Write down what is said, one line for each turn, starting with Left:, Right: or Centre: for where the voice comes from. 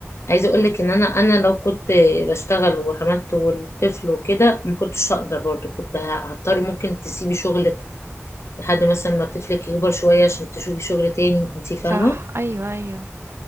Left: عايزة اقول لك ان انا انا لو كنت بشتغل وحملت والطفل وكده ما كنتش هقدر برضه كنت هضطري ممكن تسيبي شغلك لحد مثلا ما طفلك يكبر شوية عشان تشوفي شغل تاني انت فاهمة
Right: صح أيوه أيوه